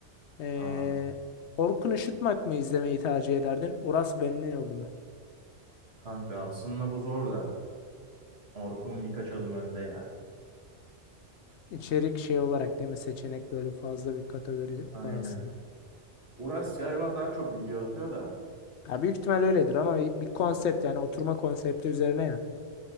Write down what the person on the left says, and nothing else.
Ee,
Orkun Işıtmak mı izlemeyi tercih ederdin? Uras Benlioğlu mu?
İçerik şey olarak değil mi? Seçenek böyle fazla bir kategori
var aslında.
Ya büyük ihtimal öyledir ama bir, bir konsept yani oturma konsepti üzerine ya.